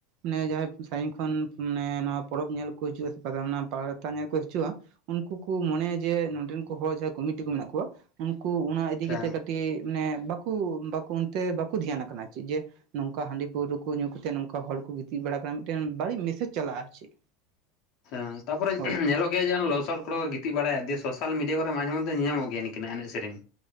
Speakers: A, on the right (about 55°); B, on the left (about 55°).
A: ᱱᱮ ᱡᱟᱦᱟᱸᱭ ᱥᱟᱹᱜᱤᱧ ᱠᱷᱚᱱ ᱱᱮ ᱱᱚᱣᱟ ᱯᱚᱨᱚᱵᱽ ᱧᱮᱞ ᱠᱚ ᱦᱤᱡᱩᱜᱼᱟ ᱥᱮ ᱯᱟ ᱯᱟᱲᱛᱟ ᱧᱮᱞ ᱠᱚ ᱦᱤᱡᱩᱜᱼᱟ, ᱩᱱᱠᱩ ᱠᱩ ᱢᱚᱱᱮᱭᱟ ᱡᱮ ᱱᱚᱰᱮᱱᱠᱩ ᱦᱚᱲ ᱡᱟᱦᱟᱸᱭ ᱠᱚᱢᱤᱴᱤ ᱠᱚ ᱢᱮᱱᱟᱜ ᱠᱚᱣᱟ ᱩᱱᱠᱩ ᱚᱱᱟ ᱤᱫᱤ
B: ᱟᱪᱪᱷᱟ
A: ᱠᱟᱛᱮᱜ ᱠᱟᱹ ᱴᱤᱡ ᱢᱟᱱᱮ ᱵᱟᱠᱩ ᱵᱟᱠᱩ ᱚᱱᱛᱮ ᱵᱟᱠᱚ ᱫᱷᱮᱭᱟᱱᱜ ᱠᱟᱱᱟ ᱪᱮᱫ ᱡᱮ ᱱᱚᱝᱠᱟ ᱦᱟᱺᱰᱤ ᱯᱟᱹᱣᱨᱟᱹ ᱠᱚ ᱧᱩ ᱠᱟᱛᱮᱫ ᱱᱚᱝᱠᱟ ᱦᱚᱲ ᱠᱚ ᱜᱤᱛᱤᱡ ᱵᱟᱲᱟᱜ ᱠᱟᱱᱟ ᱢᱤᱫᱴᱮᱱ ᱵᱟᱹᱲᱤᱡ ᱢᱮᱥᱮᱡ ᱪᱟᱞᱟᱜᱼᱟ ᱟᱨ ᱪᱮᱫ᱾
B: ᱪᱷᱟ ᱦᱮᱸ ᱛᱟᱯᱚᱨᱮ
A: ᱦᱳᱭ
B: ᱧᱮᱞᱚᱜ ᱜᱮᱭᱟ ᱡᱮ ᱞᱚᱥᱚᱫ ᱠᱚᱨᱮ ᱜᱤ ᱛᱤᱜ ᱵᱟᱲᱟᱭᱟ ᱫᱤᱭᱮ ᱥᱳᱥᱟᱞ ᱢᱤᱰᱤᱭᱟ ᱠᱚᱨᱮ ᱢᱟᱡᱷᱮ ᱢᱚᱫᱽᱷᱮ ᱧᱮᱞ ᱧᱟᱢᱚᱼᱜ ᱜᱮᱭᱟ ᱱᱤᱝᱠᱟᱹᱱᱟᱜ ᱮᱱᱮᱡ ᱥᱮᱨᱮᱧ᱾